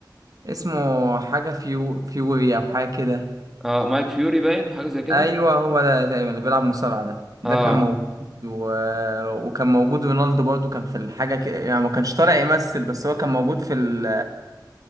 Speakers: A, on the right (about 50°); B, in the centre.
A: اسمه حاجة فيو فيوري أو حاجة كده
B: اه مايك فيوري باين حاجه زي كده
A: أيوه هو ده تقريبا اللي بيلعب مصارعة ده ده
B: اه
A: كان موجود و... وكان موجود رونالدو برضو كان في الحاجة كده يعني ما كانش طالع يمثل بس هو كان موجود في ال...